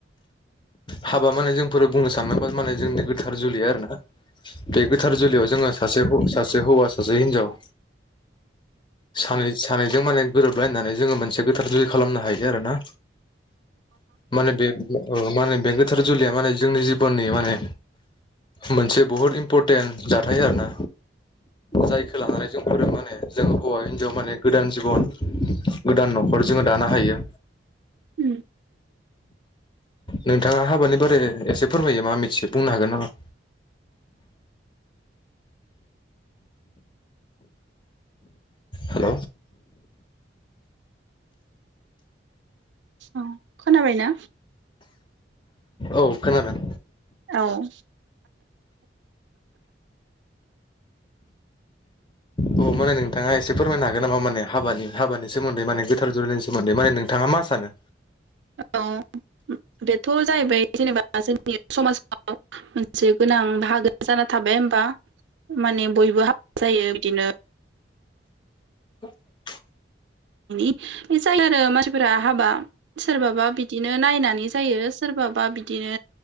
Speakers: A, on the left (about 25°); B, on the right (about 75°).
A: हाबा माने जोंफोरो बुंनो सानोबा माने जोंनि गोथार जुलि आरोना बे गोथार जुलियाव जोङो सासे ह सासे हौवा सासे हिनजाव सानै सानैजों माने गोरोबलायनानै जोङो मोनसे गोथार जुलि खालामनो हायो आरो ना माने बे ओ माने बे गोथार जुलिया माने जोंनि जिबोन बेयो माने मोनसे बुहुत इम्परटेन्ट जाथाय आरोना जायखौ लानानै जोंफोरो माने जों हौवा हिन्जाव माने गोदान जिबन गोदान नखर जोङो दानो हायो।
B: ओम
A: नोंथाङा हाबानि बारै एसे फोरमायो मा मिथियो बुंनो हागोन नामा? हेल
B: औ खोनाबायना?
A: औ खोनादों।
B: औ
A: अ माने नोंथाङा एसे फोरमायनो हागोन नामा माने हाबानि हाबानि सोमोन्दै माने गोथार जुलिनि सोमोन्दै माने नोंथाङा मा सानो?
B: औ बेथ जाहैबाय जेनेबा जोंनि समाजाव मोनसे गोनां बाहागो जाना थाबाय होमबा माने बयबो हाब जायो बिदिनो
A: <inaudible>
B: इनि जायो आरो मानसिफोरा हाबा सोरबाबा बि बिदिनो नायनानै जायो सोरबा बा बिदिनो